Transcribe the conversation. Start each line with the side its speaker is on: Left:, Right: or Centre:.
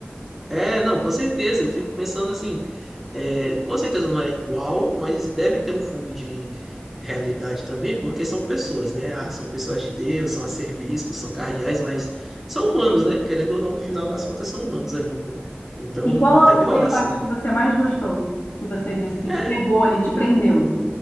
Centre: é, não, com certeza, eu fico pensando assim, É, com certeza não é igual, mas deve ter um fundo de realidade também, porque são pessoas, né? Ah, são pessoas de Deus, são arcebispos, são cardeais, mas são humanos, né? Querendo ou não, no final das contas, são humanos ainda. Então,
Left: E qual a-
Centre: deve
Left: foi
Centre: rolar
Left: a parte
Centre: sim.
Left: que você mais gostou? Que você disse que
Centre: É,
Left: te pegou ali, te prendeu?